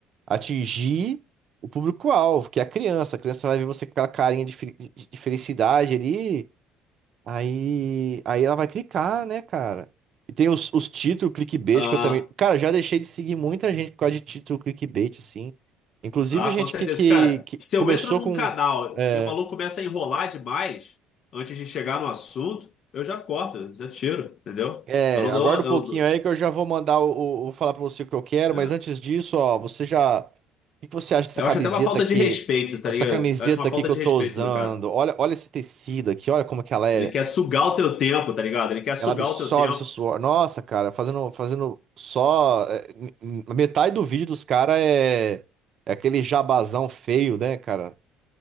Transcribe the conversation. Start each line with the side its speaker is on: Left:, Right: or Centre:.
Right: atingir o público-alvo, que é a criança. A criança vai ver você com aquela carinha de, fel- de de felicidade ali. Aí, aí ela vai clicar, né, cara? E tem os, os títulos clickbait
Left: Ah,
Right: que eu também. Cara, já deixei de seguir muita gente por causa de título clickbait, assim. Inclusive,
Left: Ah,
Right: gente
Left: com certeza.
Right: que, que,
Left: Cara,
Right: que
Left: se
Right: começou
Left: eu entro num
Right: com.
Left: canal
Right: É,
Left: e o maluco começa a enrolar demais antes de chegar no assunto, eu já corto, já tiro, entendeu?
Right: é,
Left: Eu não
Right: aguarda
Left: dou.
Right: um
Left: Eu,
Right: pouquinho
Left: não dou-
Right: aí que eu já vou mandar o, o- vou falar pra você o que eu quero,
Left: é.
Right: mas antes disso, ó, você já. O que que você acha dessa
Left: Eu
Right: camiseta
Left: acho até uma falta
Right: aqui?
Left: de respeito, tá
Right: Essa
Left: ligado?
Right: camiseta
Left: Eu acho uma
Right: aqui
Left: falta
Right: que
Left: de
Right: eu tô
Left: respeito
Right: usando?
Left: do cara.
Right: Olha, olha esse tecido aqui, olha como que ela é.
Left: Ele quer sugar o teu tempo, tá ligado? Ele quer sugar
Right: Ela absorve
Left: o teu tempo.
Right: seu suor. Nossa, cara, fazendo, fazendo só. é, m- Metade do vídeo dos caras é, é aquele jabazão feio, né, cara?